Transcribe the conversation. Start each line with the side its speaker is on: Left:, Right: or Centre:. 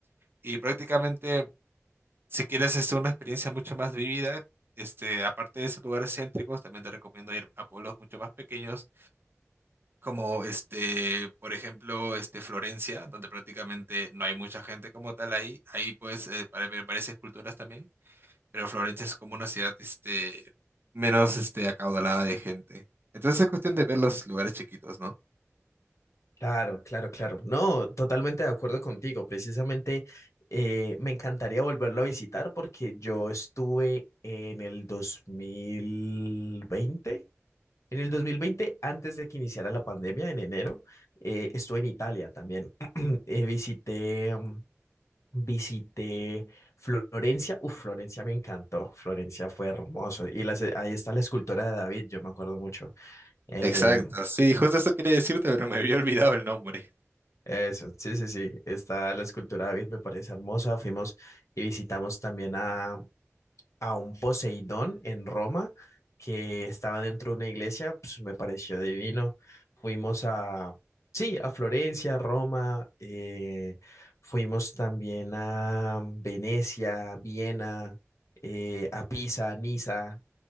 Right: Y prácticamente si quieres este, una experiencia mucho más vivida, este, aparte de esos lugares céntricos, también te recomiendo ir a pueblos mucho más pequeños, como este, por ejemplo, este, Florencia, donde prácticamente no hay mucha gente como tal ahí. Ahí puedes eh, para ver varias esculturas también, pero Florencia es como una ciudad este, menos este, acaudalada de gente. Entonces es cuestión de ver los lugares chiquitos, ¿no?
Left: claro, claro, claro. No, totalmente de acuerdo contigo. Precisamente eh, me encantaría volverlo a visitar porque yo estuve en el 2020, En el 2020, antes de que iniciara la pandemia, en enero, eh, estuve en Italia también. <clears throat> Eh, visité, mm, visité Florencia. Uf, Florencia me encantó. Florencia fue hermoso. Y las- ahí está la escultura de David, yo me acuerdo mucho. Eh,
Right: Exacto, sí, justo eso quería decirte, pero me había olvidado el nombre.
Left: Eso, sí, sí, sí. Está la escultura de David, me parece hermosa. Fuimos y visitamos también a, a un Poseidón en Roma que estaba dentro de una iglesia, pues me pareció divino. Fuimos a, sí, a Florencia, Roma, eh, fuimos también a Venecia, Viena, eh, a Pisa, Niza